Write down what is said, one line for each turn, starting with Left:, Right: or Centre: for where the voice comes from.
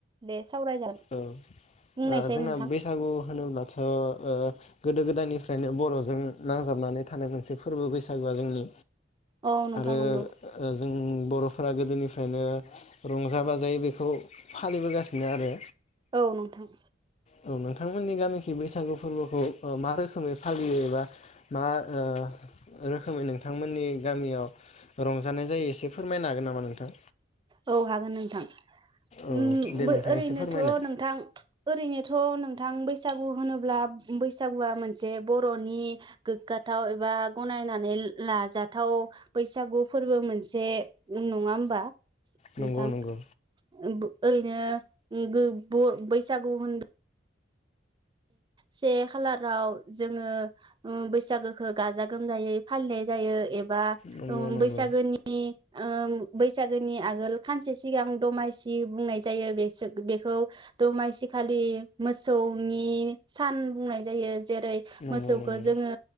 Right: दे। सावरायजागोन
Left: औ
Right: बुंनायसाय
Left: ओ जोंना
Right: नोंथां।
Left: बैसागु होनोब्लाथ' ओ गोदो गोदायनिफ्रायनो बर'जों नांजाबनानै थानाय मोनसे फोरबो बैसागुआ जोंनि
Right: औ नोंथां
Left: आरो
Right: नंगौ
Left: ओ जों बर'फोरा गोदोनिफ्रायनो रंजा बाजायै बेखौ फालिबोगासिनो आरो।
Right: औ नोंथां।
Left: औ नोंथांमोननि गामिखै बैसागु फोरबोखौ मा रोखोमै फालियोबा मा ओ रोखोमै थांमोननि गामि रंजानाय जायो एसे फोरमायनो हागोन नामा नोंथां?
Right: औ हागोन नोंथां।
Left: औ
Right: उम्म
Left: दे नोंथां
Right: ओरैनोथ'
Left: एसे फोरमायनाय
Right: नोंथां ओरैनोथ' नोंथां बैसा बैसागु होनोब्ला बैसागुआ मोनसे बर'नि गोग्गाथाव एबा गनायनानै लाजाथाव बैसागु फोरबो मोनसे नङा होमबा?
Left: नंगौ
Right: नोंथां
Left: नंगौ।
Right: <unintelligible> ओरैनो बो ब बैसागु होन से खालाराव जोङो ओ बैसागोखौ गाजा गोमजायै फालिनाय जायो ए बा
Left: नंगौ
Right: उम्म
Left: नंगौ
Right: बैसागोनि ओ बैसागोनि आगोल खानसे सिगां दमासि बुंनाय जायो बेसो बेखौ दमासिखालि मोसौ नि सान बुंनाय जायो। जेरै
Left: नंगौ
Right: मोसौखो
Left: नंगौ
Right: जोङो